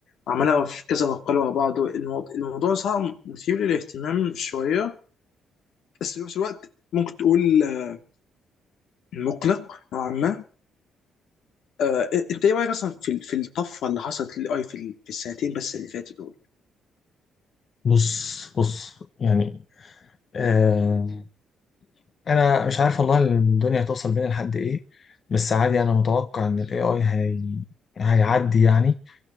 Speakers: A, on the left; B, on the left.
A: عمال اقرا في كذا مقال ورا بعض الموضوع, الموضوع صعب مثير للاهتمام شويه بس في نفس الوقت ممكن تقول آه، مقلق نوعا ما آه، انت ايه رايك اصلا في في الطفره اللي حصلت للاي في ال- في السنتين بس اللي فاتوا دول
B: بص بص يعني آه انا مش عارف والله الدنيا توصل بينا لحد ايه بس عادي انا متوقع ان الاي اي هي... هيعدي يعني